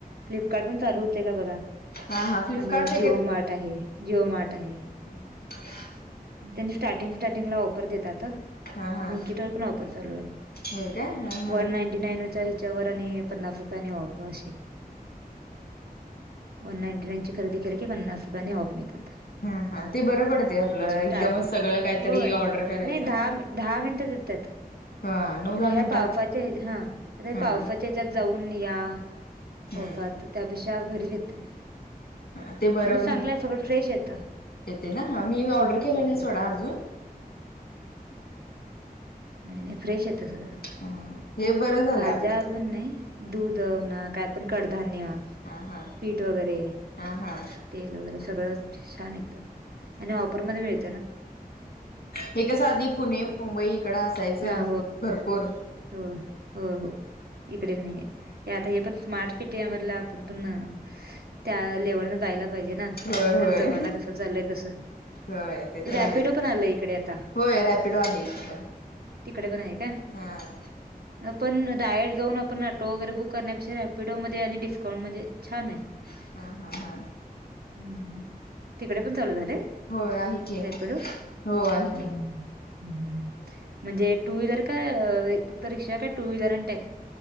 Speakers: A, on the right; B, on the left.
A: फ्लिपकार्ट पण चालू हुतय का बघा
B: हा हा फ्लिपकार्ट
A: आणि जिओ मार्ट आहे जिओ मार्ट आहे.
B: हम्म हम्म.
A: तेनी स्टार्टिंग स्टार्टिंगला ऑफर देतात ह.
B: हा हा
A: ब्लिंकिटला वर पण ऑफर चालु आहे आय
B: होय काय हा हा
A: वन नाइन नाईनच्या हेच्यावर आणि पन्नास रुपयानी ऑफ अशी. वन नाइंटी नाईन ची खरेदी केली की पन्नास रुपयांनी ऑफ मिळतात.
B: अ हा ते बरं पडतंय आपलं. एकदमच
A: टार्टिंग
B: सगळं काहीतरी
A: होय
B: ऑर्डर करायचं
A: नाय दहा मि दहा मिनिटं येतात.
B: हा नऊ
A: आता
B: दहा
A: ह्या
B: मिनिटात
A: पावसाच्या हे हा आता
B: हा
A: पावसाचा. चेच्यात जाऊन या
B: हम्म
A: पावसात त्यापेक्षा घरी येतय
B: अ अ ते बरवून
A: आणि चांगलं आहे सगळं फ्रेश येतं
B: येते ना मी ऑर्डर केलं नाई
A: येत
B: सोडा आजून
A: नाय नाय फ्रेश येतं सगळं
B: हा हे बरं झालंय
A: भाज्या
B: आपलं
A: पण नाय दूध म्हणा काय पण कडधान्य.
B: हा हा
A: पीठ वगैरे
B: हा हा
A: तेल वगैरे सगळंच छान येत त आणि ऑफरमध्ये मिळत.
B: हे कसं आधी पुणे मुंबई इकडं असायचं
A: हा
B: भरप पूर.
A: होय हो हो इकडे नाही आहे आता हे स्मार्ट सिटीया मधला आपण पण त्या लेवल न. पाहिजे ना आता
B: होय होय
A: जमाना कसा चाललाय तसं
B: होय ते तर
A: रॅपिडो
B: आहेच
A: पण आलाय इकडे आता
B: होय रॅपिडो आहे इथे पण
A: तिकडे पण आहे का?
B: हां
A: आपणं डायंल जाऊंन आपणं ऑटो वगैरे बुंक करण्यांपेक्षा रॅपिडोमध्यें आणि डिस्काउंट मध्यें छान आहे
B: हमं हमं हमं.
A: हम्मं तिकडे पणं चालूं झाले.
B: होय आहे की
A: एपिडो हम्मं
B: हो आहे की
A: हमं. म्हणजे टूं व्हीलर कां अं फक्तं रिक्षा कां टूं व्हीलर आणि टॅ